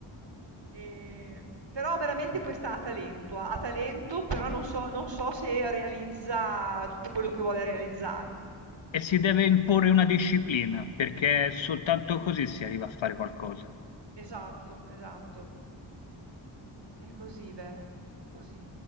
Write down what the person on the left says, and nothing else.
E si deve imporre una disciplina, perché
soltanto così si arriva a fare qualcosa.